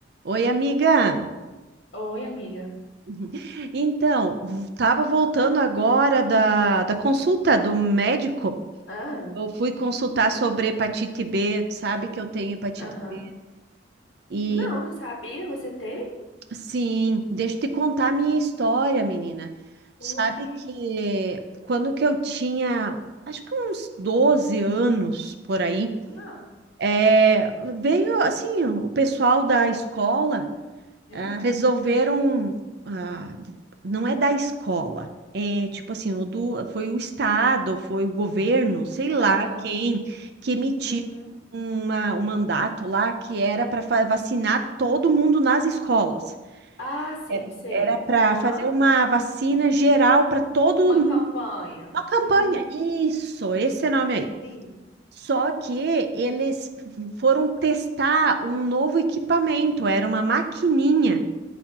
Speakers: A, on the right; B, on the left.
A: Oi, amiga.
B: Oi, amiga.
A: <laughs> Então, estava voltando agora da, da consulta do médico.
B: Ah,
A: Eu fui consultar sobre hepatite B, tu sabe que eu tenho hepatite
B: aham.
A: B. E
B: Não, não sabia. Você tem?
A: sim, deixa eu te contar
B: U-
A: a minha história, menina. Sabe
B: Uai.
A: que quando que eu tinha, acho que uns 12 anos por aí,
B: Ah,
A: é, veio assim, o pessoal da escola.
B: ah,
A: ah, resolveram, ah, não é da escola, é tipo assim, o do, foi o Estado, foi o governo, sei lá
B: ah,
A: quem, que emitiu
B: uhum.
A: uma, um mandato lá que era para vacinar todo mundo nas escolas.
B: Ah, sim,
A: Era
B: sei.
A: era para
B: Aham.
A: fazer uma vacina geral para todo
B: Uma
A: mundo,
B: campanha.
A: uma campanha.
B: Uhum.
A: Isso, esse nome aí.
B: Sim.
A: Só que eles foram testar um novo equipamento, era uma maquininha